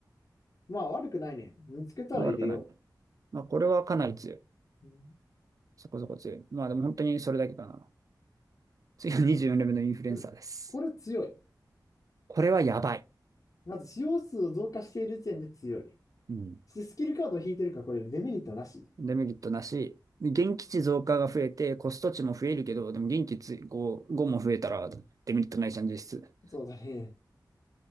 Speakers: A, on the left; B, on the right.
A: まあ、悪くないね。見つけたら入れよ
B: まあ悪くない。まあこれはかなり強い。
A: う。うん。
B: そこそこ強い。まあでも本当にそれだけかな。次は24レベルのインフルエンサーです。
A: うんこれ強い。
B: これはやばい。
A: まず、使用数を増加している時点で強い。
B: うん。
A: しスキルカードを引いてるから、これデメリットなし。
B: デメリットなし。現地値増加が増えて、コスト値も増えるけど、でも現地値5、も増えたらデメリットないじゃん、実質。
A: そうだね。